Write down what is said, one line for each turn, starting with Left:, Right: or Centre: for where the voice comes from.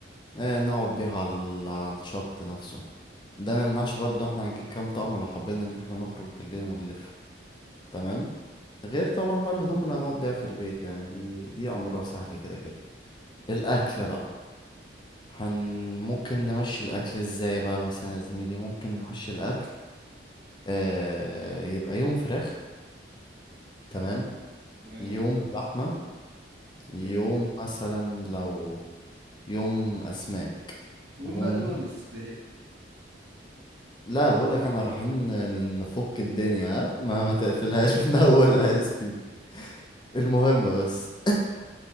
Left: اه نقعد بيها على ال- على الشط نفسه ده ما يمنعش برضه احنا هنجيب كام طقم لو حبينا ان احنا نخرج بالليل ونلف تمام غير طبعا بقى الهدوم اللي هنقعد بيها في البيت يعني دي دي امرها سهل كده كده الاكل بقى هن ممكن نمشي الأكل ازاي بقى مثلا يا زميلي ممكن نمشي الأكل آه يبقى يوم فراخ تمام
Right: تمام
Left: يوم لحمة يوم
Right: حلو
Left: مثلا لو يوم أسماك
Right: دهون
Left: ون...
Right: بقى دونس <laughs>
Left: لا بقول لك احنا رايحين ن- نفك الدنيا ها ما ما تقفلهاش من <laughs> اولها يا سبيدي المهم بس